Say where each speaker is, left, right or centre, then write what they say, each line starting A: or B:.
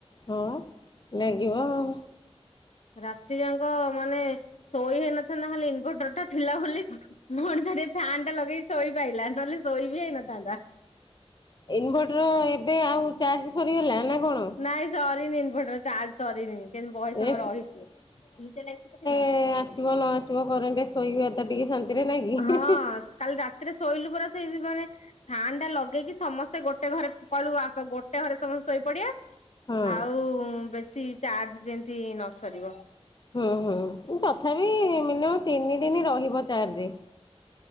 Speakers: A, on the left; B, on the left.
A: ହଁ ଲାଗିବ ଆଉ।
B: ରାତି ଯାଁକ ମାନେ ଶୋଇ ହେଇନଥାନ୍ତା ହେଲେ ଇନଭଟର୍ ଟା ଥିଲା ବୋଲି। ମୁଁ ହଁ ଟି ଛାଡ଼ି ଫ୍ୟାନ୍ ଟା ଲଗେଇ ଶୋଇପାଇଲା ନହେଲେ ଶୋଇ ବିି ହେଇନଥାନ୍ତା।
A: ଇନଭର୍ଟର୍ ଏବେ ଆଉ ଚାର୍ଜ ସରିଗଲା ନା କଣ?
B: ନାଇଁ ସରିନି ଇନଭଟର ଚାର୍ଜ ସରିନି କେନ୍ତି ବହେ ସମୟ
A: ଏ
B: ରହିଚି।
A: ଏ ଆସିବ ନ ଆସିବ କରେଣ୍ଟ୍ ଶୋଇବା ତ ଟିକେ ଶାନ୍ତିରେ ନାଇଁ
B: ହଁ
A: କି?
B: କାଲି ରା ଥିରେ ଶୋଇଲୁ ପରା ସେଇ ମାନେ ଫ୍ୟାନ୍ ଟା ଲଗେଇକି ସମସ୍ତେ ଗୋଟେ ଘରେ କଳୁ ଆସ ଗୋ ଟେ ହରେ ସମସ୍ତେ ଶୋଇପଡି଼ଆ
A: ହଁ
B: ଆଉ ବେଶୀ ଚାର୍ଜ ଯେନ୍ତି ନ ସରିବ।
A: ହୁଁ ହୁଁ ଉଁ ତଥାପି ମିନିମମ୍ ତିନି ଦିନି ରହିବ ଚାର୍ଜେ।